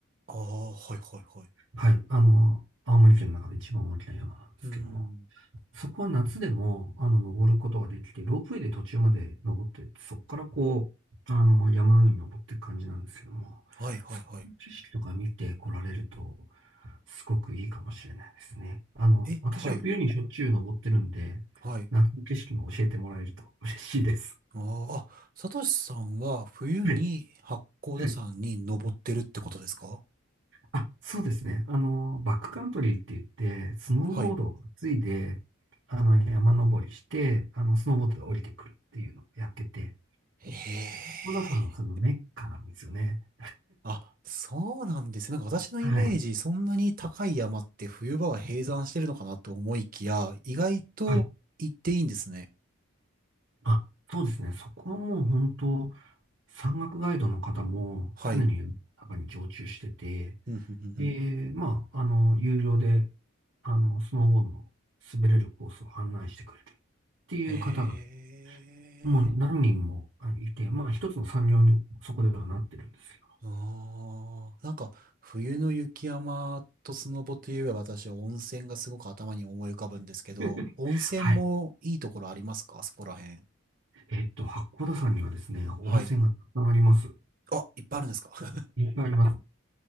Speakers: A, on the right (about 40°); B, on the right (about 60°).
A: ああ、はいはいはい。
B: はい。あの、青森県の中で一番大きな山なんですけども。
A: うーん。
B: そこは夏でも、あの、登ることができて、ロープウェイで途中まで登ってって、そこからこう、あの、山の上に登っていく感じなんですけども、
A: はいはいはい。
B: その景色とか見て来られると、すごくいいかもしれないですね。あの、
A: え、
B: 私は冬にしょっちゅう登ってるんで、
A: はい。はい。
B: 夏の景色も教えてもらえると嬉しいです。
A: あーあ、サトシさんは冬に八甲田山に登ってるってことですか
B: はい。はい。あ、そうですね。あの、バックカントリーって言って、スノーボードを担いで、
A: はい。
B: あの、山登りして、あの、スノーボードで降りてくるっていうのをやってて、
A: へえ。
B: 小田さんはそのメッカなんですよね。
A: あ、そうなんですね。なんか私のイメージ、
B: はい。はい
A: そんなに高い山って冬場は閉山してるのかなと思いきや、意外と行っていいんですね。
B: はいあ、そうですね。そこはもう本当、山岳ガイドの方も常に中に常駐してて、
A: はい。うんうんうんうん
B: で、まあ、あの、有料で、あの、スノーボードの滑れるコースを案内してくれるっていう方が、
A: へえ。
B: もう何人もあいて、まあ、一つの産業にそこではなってるんですけど。
A: ああ、なんか、冬の雪山とスノボといえば私は温泉がすごく頭に思い浮かぶんですけど、
B: <laughs>
A: 温泉もいいところありますかそこら辺。
B: はい。えっと、八甲田山にはですね、温泉がたくさんあります。
A: はい。あ、いっぱいあるんですか <laughs>
B: いっぱいあります。